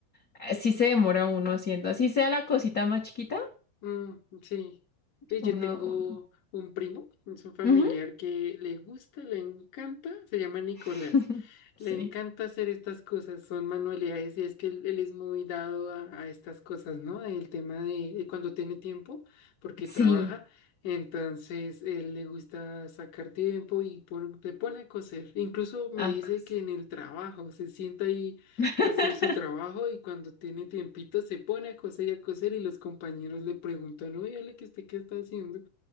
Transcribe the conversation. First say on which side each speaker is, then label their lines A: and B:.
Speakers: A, on the left; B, on the left.
A: así se demora uno haciendo, así sea la cosita más chiquita,
B: Mm, sí, Pues
A: uno,
B: yo tengo
A: uno.
B: un primo, es un familiar
A: Ujú.
B: que le gusta, le encanta, se llama Nicolás.
A: <laughs> Sí.
B: Le encanta hacer estas cosas, son manualidades y es que él, él es muy dado a, a estas cosas, ¿no? El tema de, de cuando tiene tiempo, porque
A: Sí,
B: trabaja, entonces él le gusta sacar tiempo y pon- se pone a coser. Incluso me
A: acos.
B: dice que en el trabajo se sienta ahí
A: <laughs>
B: hacer su trabajo y cuando tiene tiempito se pone a coser y a coser y los compañeros le preguntan, oye, Ale, que usted qué está haciendo?